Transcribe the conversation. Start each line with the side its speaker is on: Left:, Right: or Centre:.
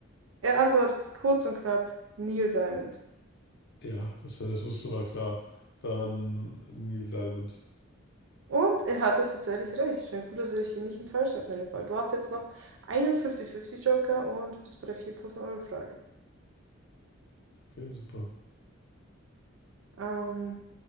Right: Er antwortet kurz und knapp Neil Diamond.
Left: Ja, das, das wusste war klar. Dann Neil Diamond.
Right: Und er hatte tatsächlich recht. Ja, gut, dass er dich nicht enttäuscht hat in dem Fall. Du hast jetzt noch einen 50-50 Joker und bist bei der 4000-Euro-Frage.
Left: Okay, super.
Right: Ähm.